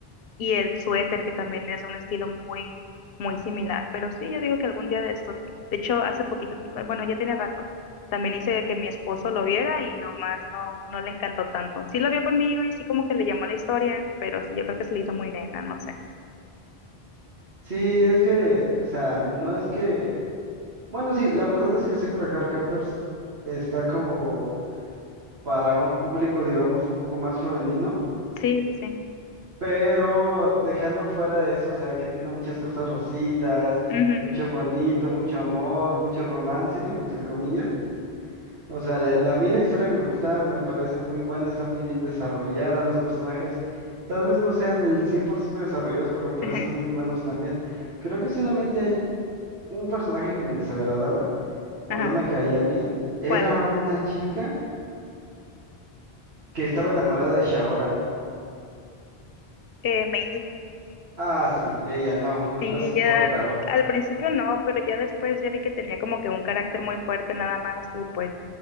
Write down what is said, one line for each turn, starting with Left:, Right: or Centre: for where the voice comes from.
Left: Y el suéter, que también es de un estilo muy, muy similar, pero sí, yo digo que algún día de estos, de hecho, hace poquito, bueno, ya tiene rato, también hice que mi esposo lo viera y nomás no, no le encantó tanto. Sí lo vio conmigo y sí como que le llamó la historia, pero sí, yo creo que se le hizo muy nena, no sé.
Right: Sí, es que, o sea, no es que... Bueno, sí, la verdad es que Sakura Card Captors está como para un público, digamos, un poco más femenino,
Left: Sí, sí, sí.
Right: pero dejando fuera eso, o sea, que tiene muchas cosas rositas,
Left: Ujú,
Right: mucho bonito, mucho amor, mucho romance, entre comillas. O sea, la, la- a mí la historia me gusta, me parece muy buena, está muy bien desarrollada, los personajes tal vez no sean el 100% desarrollados, pero me parecen
Left: ujú. <laughs>
Right: muy buenos también. Creo que solamente hay un personaje que me desagradaba o
Left: Ajá.
Right: no me caía bien, era
Left: ¿Cuál?
Right: una chica que estaba enamorada de Shaoran.
Left: Eh, Maylin.
Right: Ah, sí, ella no, <laughs> no
Left: Sí,
Right: la soportaba.
Left: eh, al principio no, pero ya después ya vi que tenía como que un carácter muy fuerte nada más y pues